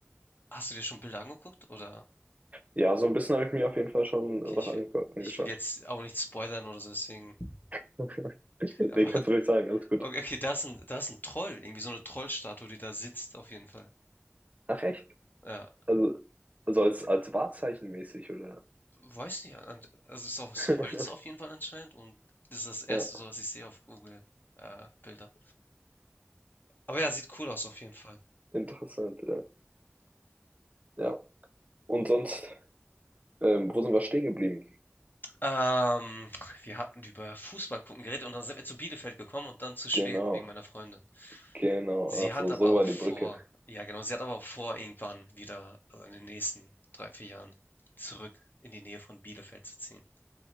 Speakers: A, on the left; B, on the right.
A: hast du dir schon Bilder angeguckt? Oder,
B: Ja, so ein bisschen habe ich mir auf jeden Fall schon
A: okay,
B: was
A: ich,
B: ange
A: will-
B: angeschaut.
A: ich will jetzt auch nicht spoilern oder so, deswegen. <laughs>
B: <laughs> Nee,
A: Aber
B: kannst du ruhig sagen, alles gut.
A: Okay, okay, da ist ein da ist 'n Troll, irgendwie so eine Trollstatue, die da sitzt auf jeden Fall.
B: Ach echt?
A: Ja,
B: Also, also als, als Wahrzeichen mäßig, oder?
A: weiß nicht, an also, ist aus
B: <laughs>
A: Holz auf jeden Fall anscheinend und das ist das erste
B: Ja,
A: so was ich sehe auf Google, äh, Bilder. Aber ja, sieht cool aus auf jeden Fall.
B: interessant, ja. Ja. Und sonst, ähm, wo sind wir stehen geblieben?
A: Ähm, wir hatten über Fußball gucken geredet und dann sind wir zu Bielefeld gekommen und dann zu Schweden
B: Genau,
A: wegen meiner Freundin.
B: genau.
A: Sie
B: Ach
A: hat
B: so,
A: aber
B: so
A: auch
B: war die
A: vor
B: Brücke.
A: ja genau, sie hat aber auch vor, irgendwann wieder, also, in den nächsten 3 4 Jahren zurück in die Nähe von Bielefeld zu ziehen.